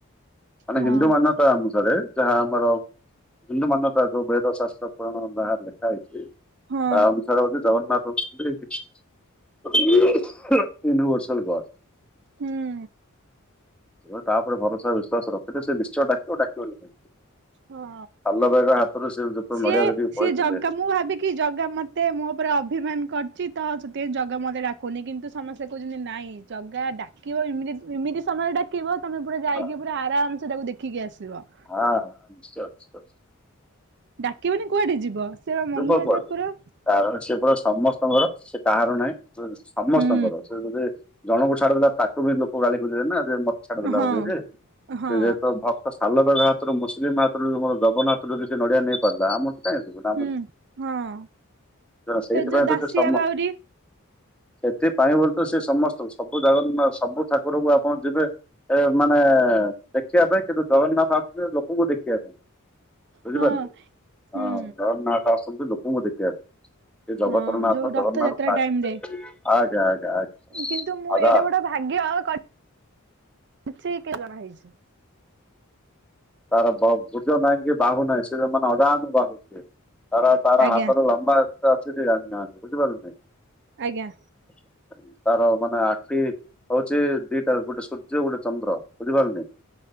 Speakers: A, in the centre; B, on the right.
A: ମାନେ
B: ହଁ
A: ହିନ୍ଦୁ ମାନ୍ୟତା ଅନୁସାରେ ଯାହା ଆମର ହିନ୍ଦୁ ମାନ୍ୟତା ଯୋଉ ବେଦ ଶାସ୍ତ୍ର ପୁରାଣ ଯାହା ଲେଖା ହେଇଚି
B: ହଁ
A: ତା ଅନୁସାରେ ହଉଚି ଜଗନ୍ନାଥ ହଉଚନ୍ତି <inaudible> ୟୁନିଭର୍ସଲ ଗଡ୍।
B: ହୁଁ।
A: ହଁ ତାଉପରେ ଭରସା ବିଶ୍ଵାସ ରଖିଲେ ସେ ନିଶ୍ଚୟ ଡାକିବ ଡାକିବନି କାହିଁକି।
B: ହଁ
A: ସାଲ ଭାଇର ହାତରୁ ସେ ଯେତେବେଳେ
B: ସିଏ-
A: ନଡିଆ ଧରିକି ପଳେଇଥିଲେ
B: ସିଏ ଜଗା ମୁଁ ଭାବେ କି କି ଜଗା ମତେ ମୋ ଉପରେ ଅଭିମାନ କରିଚି ତ ସେଥିପାଇଁ ଜଗା ମତେ ଡାକୁନି କିନ୍ତୁ ସମସ୍ତେ କହୁଚନ୍ତି ନାଇଁ ଜଗା ଡାକିବ ଏମିତି- ଏମିତି ସମୟରେ ଡାକିବ ତମେ ପୁରା ଯାଇକି
A: ହଁ
B: ପୁରା ଆରାମ୍ ସେ ତାକୁ ଦେଖ୍ ଦେଖିକି ଆସିବ।
A: ହଁ ନିଶ୍ଚୟ ନିଶ୍ଚୟ।
B: ଡାକିବନି କୁଆଡେ ଯିବ। ସେ ବା ମନୁଆ
A: ଯିବ କୁଆଡୁ
B: ଠାକୁର।
A: କାରଣ ସିଏ ପରା ସମସ୍ତଙ୍କର ସେ ତାହାର ନାଇଁ ସମସ୍ତଙ୍କର
B: ହୁଁ
A: ସେ ଯଦି ଜଣଙ୍କୁ ଛାଡି ଦେଲା ତୁମେ ଲୋକ ଗାଳି କରିବେ ନା ଯେ ମତେ ଛାଡି ଦେଲା
B: ହଁ
A: ବୋଲି ଯେ
B: ହଁ
A: <unintelligible> ଭ ସାଲବେଗ ହାତରୁ ମୁସଲିମ୍ ହାତରୁ ଜଗନ୍ନାଥ ଯଦି ସେ ନଡିଆ ନେଇ ପାରିଲା ଆମଠୁ କାହିଁ <unintelligible>
B: ହୁଁ ହଁ।
A: ସେଇଥିପାଇଁ
B: ଫେର ଯୋଉ
A: ତ
B: ଦାସିଆ
A: ସେ ସମସ୍ତ
B: ବାଉରି
A: ସେଥିପାଇଁ ବୋଲି ତ ସିଏ ସମସ୍ତଙ୍କୁ ସବୁ ଜଗନ୍ନାଥ ସବୁ ଠାକୁରଙ୍କୁ ଆପଣ ଯିବେ ଏ-ମାନେ ଦେଖିବା ପାଇଁ କିନ୍ତୁ ଜଗନ୍ନାଥ ଆସିବେ ଲୋକଙ୍କୁ ଦେଖିବା ପାଇଁ। ବୁଝିପାରୁଚୁ
B: ହଁ ହୁଁ
A: ହଁ ଜଗନ୍ନାଥ ଆସଚନ୍ତି ଲୋକଙ୍କୁ ଦେଖିବା ପାଇଁ। ଏ ଜଗତରନାଥ
B: ହଁ ଯୋଉ
A: ଜଗନ୍ନାଥ
B: ରଥଯାତ୍ରା
A: ତା-ଆଜ୍ଞା-
B: ଟାଇମ ରେ
A: ଆଜ୍ଞା- ଆଜ୍ଞା।
B: କିନ୍ତୁ ମୁଁ
A: ଅଧା
B: ଏଡେ ବଡ ଭାଗ୍ୟ କରିଚି <unintelligible> ଜଣା ହେଇଚି।
A: ତାର ଫ-ଭୁଜ ନାହିଁ କି ବାହୁ ନାହିଁ ସେ ମାନେ ଅଜାନୁ ବାହୁ ସିଏ। ତାର ତାର
B: ଆଜ୍ଞା
A: ହାତରୁ ଲମ୍ବା ଏତେ ଅଛି ଯେ କେହି ଜାଣିନାହାନ୍ତି ବୁଝିପାରୁଚନ୍ତି।
B: ଆଜ୍ଞା।
A: <inaudible> ତାର ମାନେ ଆଖି ହଉଚି ଦିଟା ଗୋଟେ ସୂର୍ଯ୍ୟ ଗୋଟେ ଚନ୍ଦ୍ର ବୁଝିପାରିନି।